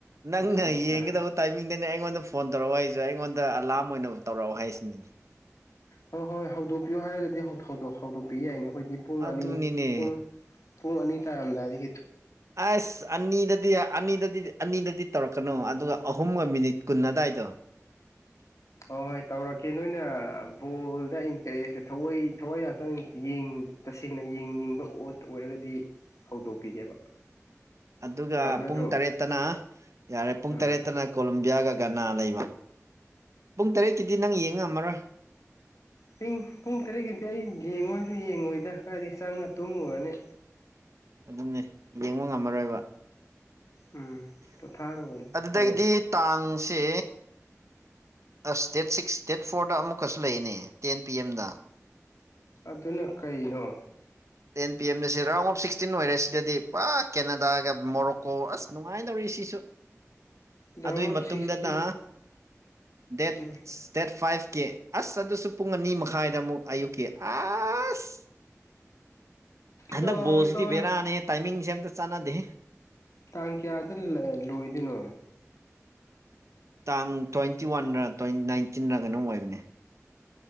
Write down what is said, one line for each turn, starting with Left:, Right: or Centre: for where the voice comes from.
Right: ꯅꯪꯅ
Left: ꯑꯠꯆꯥ ꯑꯠꯆꯥ
Right: ꯌꯦꯡꯒꯗꯕ ꯇꯥꯏꯃꯤꯡꯗꯅꯦ ꯑꯩꯉꯣꯟꯗ ꯐꯣꯟ ꯇꯧꯔꯛꯑꯣ ꯍꯥꯏꯁꯦ ꯑꯗ ꯑꯩꯉꯣꯟꯗ ꯑꯂꯥꯔꯝ ꯑꯣꯏꯅ ꯇꯧꯔꯛꯑꯣ ꯍꯥꯏꯁꯤꯅꯤꯅꯦ
Left: ꯍꯣꯏ ꯍꯣꯏ ꯍꯧꯗꯣꯛꯄꯤꯌꯣ ꯍꯥꯏꯔꯒꯗꯤ ꯍꯧꯗꯣꯛꯄꯤꯌꯨ ꯌꯥꯏꯅꯦ ꯑꯩꯈꯣꯏꯗꯤ ꯄꯨꯡ
Right: ꯑꯗꯨꯅꯤꯅꯦ
Left: ꯑꯅꯤ ꯄꯨꯡ ꯄꯨꯡ ꯑꯅꯤ ꯇꯥꯔꯝꯗꯥꯅꯤ
Right: ꯑꯁ ꯑꯅꯤꯗꯗꯤ ꯑꯅꯤꯗꯗꯤ ꯑꯅꯤꯗꯗꯤ ꯇꯧꯔꯛꯀꯅꯨ ꯑꯗꯨꯒ ꯑꯍꯨꯝꯒ ꯃꯤꯅꯤꯠ ꯀꯨꯟ ꯑꯗꯨꯋꯥꯏꯗ ꯗ
Left: ꯍꯣꯏ ꯍꯣꯏ ꯇꯧꯔꯛꯀꯦ ꯅꯣꯏꯅ ꯕꯣꯜꯗ ꯏꯟꯇꯔꯦꯁꯇ ꯊ ꯊꯋꯥꯏ ꯌꯥꯝ ꯆꯪ ꯁꯦꯡꯅ ꯌꯦꯡꯅꯤꯡꯕ ꯑꯣꯠ ꯑꯣꯏꯔꯒꯗꯤ ꯍꯧꯗꯣꯛꯄꯤꯒꯦꯕ
Right: ꯑꯗꯨꯒ
Left: ꯌꯥꯕ ꯅꯠꯇ꯭ꯔꯣ
Right: ꯄꯨꯡ ꯇꯔꯦꯠꯇꯅ ꯌꯥꯔꯦ ꯄꯨꯡ
Left: ꯑꯥ
Right: ꯇꯔꯦꯠꯇꯅ ꯀꯣꯂꯝꯕꯤꯌꯥꯒ ꯒꯅꯥ ꯂꯩꯕ ꯄꯨꯡ ꯇꯔꯦꯠꯀꯤꯗꯤ ꯅꯪ ꯌꯦꯡꯉ ꯉꯝꯃꯔꯣꯏ
Left: ꯄ ꯄꯨꯡ ꯇꯔꯦꯠꯀꯤꯗꯤ ꯑꯩ ꯌꯦꯡꯉꯨ ꯍꯥꯏꯁꯨ ꯌꯦꯡꯉꯣꯏꯗ ꯍꯥꯏꯗꯤ ꯆꯪꯉ ꯇꯨꯝꯃꯨꯔꯅꯦ
Right: <unintelligible> <inaudible> ꯎꯝꯅꯦ ꯌꯦꯡꯕ ꯉꯝꯃꯔꯣꯏꯕ
Left: ꯎꯝ ꯄꯣꯊꯥꯔꯨꯔꯅꯤ
Right: ꯑꯗꯨꯗꯩꯗꯤ
Left: ꯎꯄꯥꯏ ꯂꯩꯇꯦ
Right: ꯇꯥꯡꯁꯦ ꯑꯁ ꯗꯦꯠ ꯁꯤꯛꯁ ꯗꯦꯠ ꯐꯣꯔꯗ ꯑꯃꯨꯛꯀꯁꯨ ꯂꯩꯅꯦ ꯇꯦꯟ ꯄꯤ ꯑꯦꯝꯗ
Left: ꯑꯗꯨꯅ ꯀꯩꯅꯣ
Right: ꯇꯦꯟ ꯄꯤ ꯑꯦꯝꯅꯁꯦ ꯔꯥꯎꯟ ꯑꯣꯐ ꯁꯤꯛꯁꯇꯤꯟ ꯑꯣꯏꯔꯦ ꯁꯤꯗꯗꯤ ꯄꯨꯔ ꯀꯦꯅꯥꯗꯥꯒ ꯃꯣꯔꯣꯀꯣ ꯑꯁ ꯅꯨꯡꯉꯥꯏꯅꯧꯔꯤ ꯁꯤꯁꯨ
Left: ꯗꯥꯎꯟ
Right: ꯑꯗꯨꯒꯤ
Left: ꯑꯣꯐ
Right: ꯃꯇꯨꯡꯗꯅ
Left: ꯁꯤꯛꯁꯇꯤꯟ
Right: ꯗꯦꯠ
Left: ꯎꯝ
Right: ꯗꯦꯠ ꯐꯥꯏꯚ ꯆꯠꯀꯦ ꯑꯁ ꯑꯗꯨꯁꯨ ꯄꯨꯡ ꯑꯅꯤ ꯃꯈꯥꯏꯗ ꯑꯃꯨꯛ ꯑꯌꯨꯛꯀꯤ ꯑꯁ ꯍꯟꯗꯛ
Left: ꯇꯥ
Right: ꯕꯣꯜꯁꯤꯗꯤ
Left: ꯇꯥ
Right: ꯕꯦꯔꯥꯅꯦꯍ ꯇꯥꯏꯃꯤꯡꯁꯦ ꯑꯝꯇ ꯆꯥꯟꯅꯗꯦ
Left: ꯇꯥꯡ ꯀꯌꯥꯗ ꯂꯣꯏꯗꯣꯏꯅꯣ
Right: ꯇꯥꯡ ꯇ꯭ꯋꯦꯟꯇꯤ ꯋꯥꯟꯗ ꯇ꯭ ꯅꯥꯏꯟꯇꯤꯟꯗ ꯀꯩꯅꯣꯝ ꯑꯣꯏꯕꯅꯦ